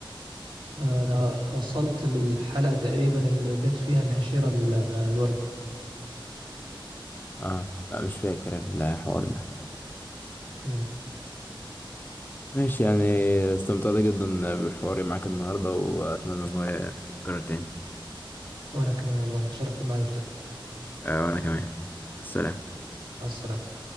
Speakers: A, on the right; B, on the left.
A: انا وصلت للحلقه تقريبا اللي جت فيها الهشيره ال- الوردي
B: اه لا مش فاكر الحوار ده
A: مم.
B: ماشي يعني استمتعت جدا بحواري معاك النهاردة وأتمنى إن هو يتكرر تاني
A: وأنا كمان والله اتشرفت بمعرفتك
B: آه وأنا كمان مع السلامة
A: مع السلامة